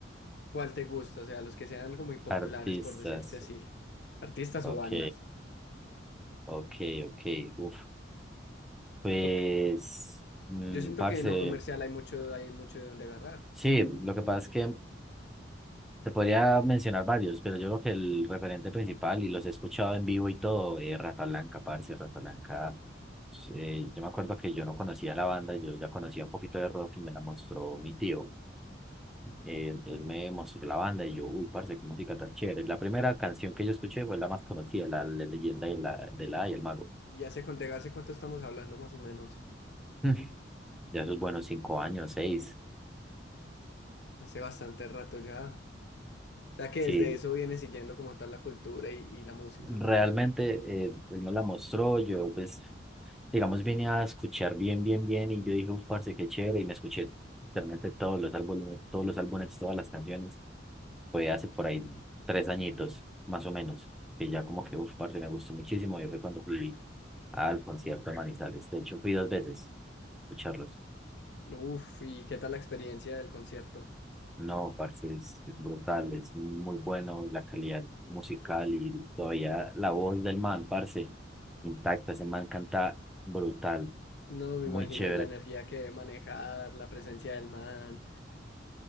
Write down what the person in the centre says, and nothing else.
Artistas,
ok,
ok, ok, uf. Pues,
mm,
parce,
sí, lo que pasa es que te podría mencionar varios, pero yo creo que el referente principal, y los he escuchado en vivo y todo, es Rata Blanca, parce, Rata Blanca. eh, yo me acuerdo que yo no conocía la banda, yo ya conocía un poquito de rock y me la mostró mi tío. Eh, él me mostró la banda y yo, uy, parce, qué música tan chévere. La primera canción que yo escuché fue la más conocida, la, la leyenda de la, de la y el mago.
<laughs> Ya esos buenos cinco años, seis.
Sí,
realmente eh, él me la mostró, yo pues, digamos, vine a escuchar bien, bien, bien, y yo dije, uff, parce, qué chévere, y me escuché realmente todos los álbumes, todos los álbumes, todas las canciones, fue hace por ahí tres añitos, más o menos, que ya como que, uff, parce, me gustó muchísimo, yo fue cuando fui al concierto de Manizales, de hecho fui dos veces a escucharlos.
No, parce, es, es brutal, es muy bueno la calidad musical y todavía la voz del man, parce, intacta, ese man canta brutal,
muy
chévere.